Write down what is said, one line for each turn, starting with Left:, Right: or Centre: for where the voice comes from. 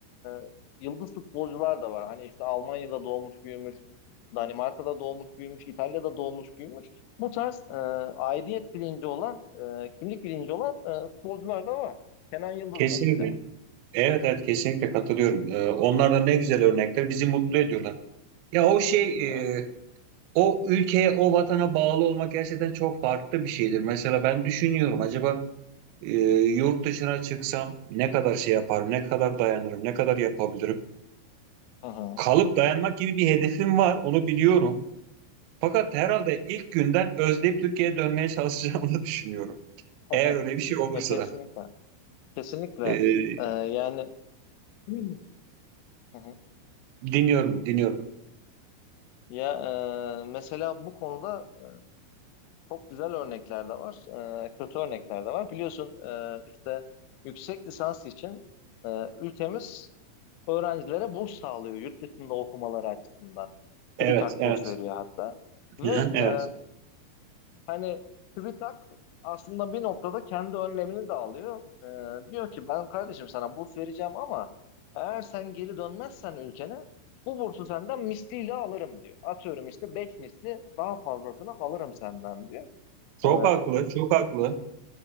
Left: e, yıldız futbolcular da var. Hani işte Almanya'da doğmuş büyümüş, Danimarka'da doğmuş büyümüş, İtalya'da doğmuş büyümüş. Bu tarz e, aidiyet bilinci olan, e, kimlik bilinci olan e, futbolcular da var. Kenan Yıldız
Right: Kesinlikle.
Left: mesela.
Right: Evet, evet kesinlikle katılıyorum. Ee, onlar da ne güzel örnekler bizi mutlu ediyorlar. Ya o şey
Left: Evet.
Right: e, O ülkeye, o vatana bağlı olmak gerçekten çok farklı bir şeydir. Mesela ben düşünüyorum acaba e, yurt dışına çıksam ne kadar şey yaparım, ne kadar dayanırım, ne kadar yapabilirim.
Left: Hı hı.
Right: Kalıp dayanmak gibi bir hedefim var, onu biliyorum. Fakat herhalde ilk günden özleyip Türkiye'ye dönmeye çalışacağımı <laughs> da düşünüyorum.
Left: <laughs>
Right: Eğer öyle bir şey olursa.
Left: Ya kesinlikle. Kesinlikle.
Right: E,
Left: E, yani <clears throat> Hı hı.
Right: dinliyorum, dinliyorum.
Left: ya e, mesela bu konuda e, Çok güzel örnekler de var, e, kötü örnekler de var. Biliyorsun e, işte yüksek lisans için e, ülkemiz öğrencilere burs sağlıyor yurt dışında okumaları açısından.
Right: Evet,
Left: TÜBİTAK
Right: evet.
Left: burs veriyor hatta. Ve
Right: Hı hı. Evet.
Left: e, hani TÜBİTAK aslında bir noktada kendi önlemini de alıyor. E, diyor ki ben kardeşim sana burs vereceğim ama eğer sen geri dönmezsen ülkene bu bursu senden misliyle alırım diyor. Atıyorum işte 5 misli daha fazlasını alırım senden diyor.
Right: Çok
Left: E,
Right: haklı, çok haklı.